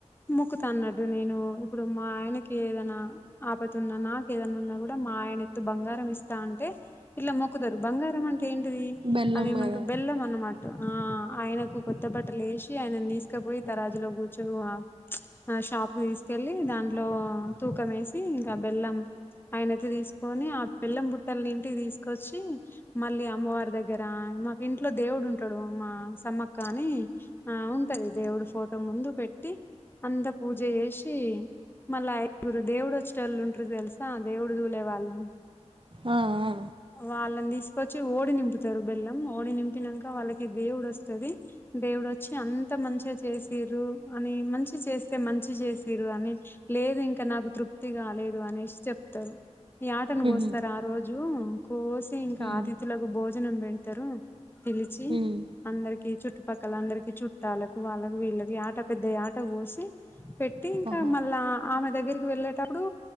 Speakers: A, on the left (about 20°); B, on the right (about 45°).
A: మొక్కుతా అన్నట్టు నేను ఇప్పుడు మా ఆయనకి ఏదన్నా ఆపత్తు ఉన్న నాకు ఏదన్న ఉన్నా గూడా మా ఆయన ఎత్తు బంగారం ఇస్తా అంటే ఇట్లా మొక్కుతరు బంగారం అంటే ఏంటిది
B: బెల్లం
A: అదేమంటారు
B: కదా
A: బెల్లం అన్నమాట ఆ ఆయనకు కొత్త బట్టలు యేషి ఆయనను దీసుకపోయి తరాజులో గూర్చు ఆ ఆ షాప్కి దీసుకెళ్ళి దాంట్లో తూకం యేసి ఇంకా బెల్లం ఆయన ఎత్తు దీసుకొని ఆ బెల్లం బుట్టల్ని ఇంటికి దీసుకొచ్చి మళ్ళీ అమ్మవారి దగ్గర మాకు ఇంట్లో దేవుడు ఉంటాడు మా తమ్మక్క అని ఆ ఉంటది దేవుడు ఫోటో ముందు పెట్టి అంద పూజ జేషి మళ్ళా ఐదుగురు దేవుడు వచ్చేటోళ్ళు ఉంటరు దెలుసా దేవుడు దూలే వాళ్ళు
B: ఆ ఆ
A: వాళ్ళని దీసుకొచ్చి ఓడి నింపుతారు బెల్లం ఓడి నింపినంక వాళ్ళకి దేవుడు వస్తది దేవుడొచ్చి అంత మంచిగా చేసిర్రు అని మంచి చేస్తే మంచి జేసిర్రు అని లేదు ఇంకా నాకు తృప్తి గాలేదు అనేషి చెప్తరు యాటను గోస్తరు
B: ఉహు
A: ఆ రోజు కోసి ఇంకా
B: ఉమ్
A: అతిధులకు భోజనం బెడతరు పిలిచి
B: ఉమ్
A: అందరికీ చుట్టుపక్కల అందరికీ చుట్టాలకు వాళ్ళకు వీళ్ళకి యాట పెద్ద యాట కోసి పె టి ఇంకా
B: ఆహా
A: మళ్ళా ఆమె దగ్గరికి వెళ్ళేటప్పుడు